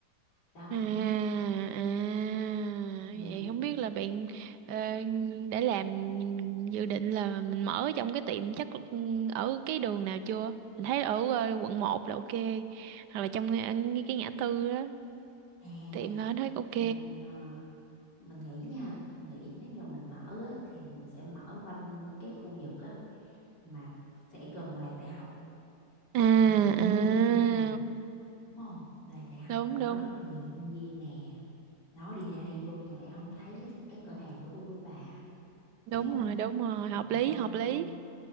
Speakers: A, on the left; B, on the right.
A: đó
B: à à vậy
A: ừ
B: không biết là bạn ờ, đã làm dự định là mình mở trong cái tiệm chắc ừ, ở cái đường nào chưa mình thấy ở ờ, quận một là ok hoặc là trong cái cái ngã tư đó
A: à
B: tiệm đó thấy ok
A: mình ờ, mình nghĩ nha mình nghĩ nếu như mình mở á, thì mình sẽ mở quanh cái khu vực á mà sẽ gần làng đại học
B: à à
A: Ừm, đúng không làng đại học
B: đúng
A: là
B: đúng
A: có rất là nhiều sinh viên nè nó đi ra đi vô chẳng lẽ không thấy cái cái cửa hàng của tôi bà
B: đúng
A: thấy không
B: rồi đúng rồi hợp
A: rồi
B: lý
A: xong
B: hợp lý